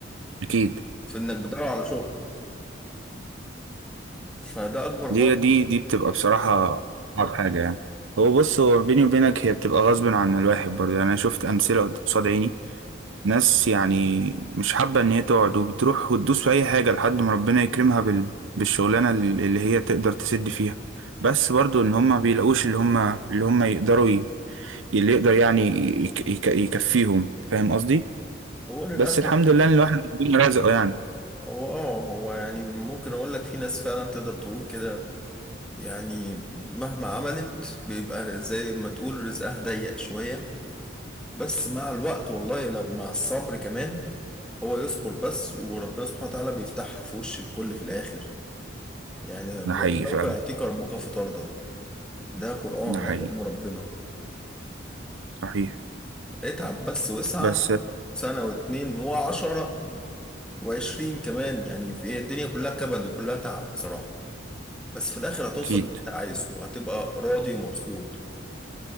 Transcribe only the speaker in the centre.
في انك بتدور على شغل فده اكبر
غلط
هو للاسف
هو اه هو يعني ممكن اقول لك في ناس فعلا تقدر تقول كده يعني مهما عملت بيبقى زي ما تقول رزقها ضيق شوية بس مع الوقت والله لو مع الصبر كمان هو يصبر بس وربنا سبحانه وتعالى بيفتحها في وش الكل في الآخر يعني ولسوف
يعطيك ربك فترضى ده قرآن
ده كلام ربنا
اتعب بس واسعى
سنة واتنين وعشرة وعشرين كمان يعني في الدنيا كلها كبد وكلها تعب بصراحة بس في الآخر هتوصل
اللي انت عايزه وهتبقى راضي ومبسوط